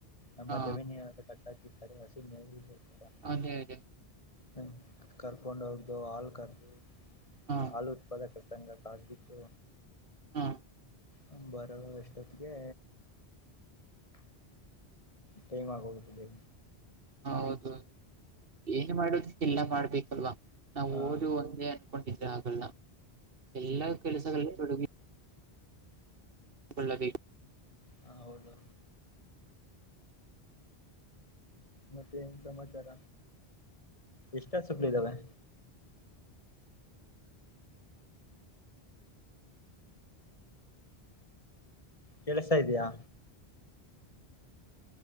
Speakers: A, on the left; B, on the right.
A: ನಮ್ಮ
B: ಹಾ
A: ಜಮೀನ ಕಟ್ಟ್ ರ <unintelligible>
B: ಅದೇ ಅದೇ
A: ಹ್ಮ್ ಕರ್ಕೊಂಡು ಹೋಗು ಹಾಲು ಕರೆದು
B: ಹಾ
A: ಹಾಲು ಉತ್ ಪಕ ಸಂಗ ಕ ಆಗಬಿಟ್ಟು
B: ಹ್ಮ್
A: ಹ ಬರೋ ಅಷ್ಟೋತ್ತಿಗೆ ಟೈಮ್ ಹಾಗೋಗೈತ್ ಲೇ
B: ಹೌದು ಏನ್ ಮಾಡೋದೂ ಇಲ್ಲೇ ಮಾಡ್ಬೇಕಲ್ವಾ ನಾವು
A: ಹಾ
B: ಓದು ಒಂದೇ ಹಕೊಂಡಿದ್ರೆ ಆಗಲ್ಲ ಎಲ್ಲಾ ಕೆಲಸಗಳು ತೊಡಗಿ ಕೊಳ್ಳಬೇಕ್
A: ಹ ಹೌದು ಮತ್ತೆ ಏನ್ ಸಮಾಚಾರ ಎಷ್ಟುಹಸುಗಳಿದಾವೆ. ಕೆಲ್ಸ ಇದೆಯಾ